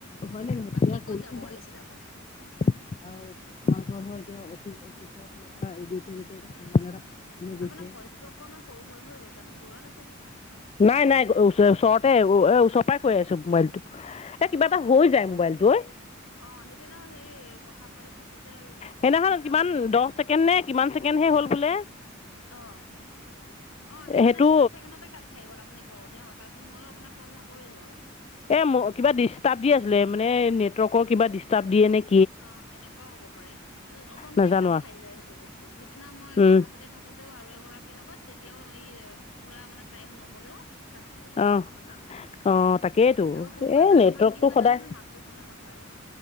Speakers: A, on the left; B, on the left.
A: হয় নে নহয়
B: বাকী
A: তেতিয়া কৰিব।
B: <unintelligible>
A: আৰু তোমাৰ লোকৰত হয় এতিয়া অফিচ অফিচ ফালৰ পৰা গৈছে যে এতিয়া
B: উম,
A: এটা
B: আপোনাৰ
A: গৈছে।
B: ভইচটো অকমান সৰু হৈ হৈ গৈছে। আপুনি দূৰত আছে নেকি?
A: নাই-নাই চৰ ওচৰতে এ ওচৰ পৰাই কৈ আছো মোবাইলটো। এ কিবা
B: অ
A: এটা হৈ যায় মোবাইলটো ঐ
B: অ সেই দিনা সেই কথা কথা পাতি থাকোতে প্ৰব্লেম
A: সেইদিনাখন
B: এটা
A: কিমান
B: হৈ যায় চাউণ্ডটো
A: দহ ছেকেণ্ড নে কিমান ছেকেণ্ডহে হ'ল বোলে
B: আহ। অ সেইদিনা
A: সেইটো
B: সিমান ছেকেণ্ডততছ কাত খাই গ'ল আপুনি কৰোতে তাৰপিছত মই আপোনাক কল নকৰিলো আৰু
A: এ ম কিবা ডিষ্টাৰ্ব দি আছিলে মানে নেটৱৰ্কৰ কিবা ডিষ্টাৰ্ব দিয়ে নেকি
B: অ' সেনেকুৱাও হ'ব পাৰে। অটমেটিক
A: নাজানো
B: কাপ
A: আৰু
B: খাই যায় সেইটো বস্তু। সেইদিনা মই
A: উম
B: কথা পাতি থাকোতে ও আৰু এগৰাকীৰ লগত তেতিয়াও এই পুৰা মানে টাইম নহ'লেও কাট খাই যায়।
A: অঁ
B: উম
A: অঁ তাকেইতো
B: আকৌ কোনোবা
A: এই
B: এটা
A: নেটৱৰ্কটো
B: সময়ত কি হয়
A: সদায়
B: জানে নে মাতো শুনা নাপায় উম।